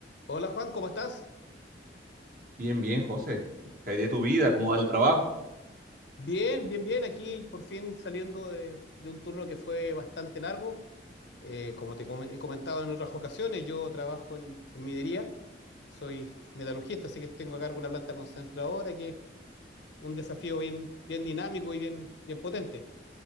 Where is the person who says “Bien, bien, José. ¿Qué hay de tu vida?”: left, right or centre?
Right